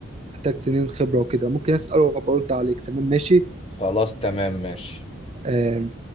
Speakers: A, on the right; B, on the left.
A: محتاج سنين خبرة وكده ممكن اساله وابقى ارد عليك تمام ماشي
B: خلاص تمام ماشي
A: آه،